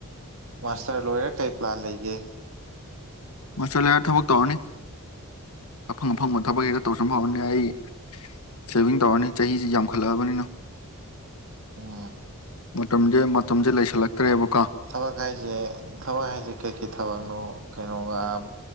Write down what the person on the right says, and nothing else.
ꯃꯥꯁꯇꯔ ꯂꯣꯏꯔ ꯀꯔꯤ ꯄ꯭ꯂꯥꯟ ꯂꯩꯒꯦ
ꯎꯨꯝ
ꯊꯕꯛ ꯍꯥꯏꯁꯦ ꯊꯕꯛ ꯍꯥꯏꯁꯦ ꯀꯩ ꯀꯩ ꯊꯕꯛꯅꯣ ꯀꯩꯅꯣꯒ ꯎꯝ